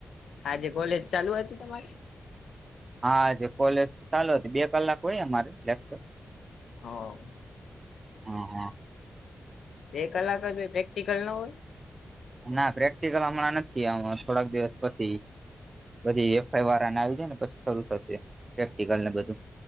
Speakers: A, on the left; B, on the right.
A: આજે કોલેજ ચાલુ હતી‌ તમારી
B: હાજે કોલેજ તો ચાલુ હતી બે કલાક હોય અમારે લેક્ચર
A: હા
B: હુ હુ
A: બે કલાક જ હો પ્રેક્ટિકલ નો હોય
B: ના પ્રેક્ટિકલ હમણાં નથી, આ થોડાક દિવસ પછી બધી એફઆઈ વાર આવી જાય ને પછી શરૂ થશે પ્રેક્ટિકલને બધું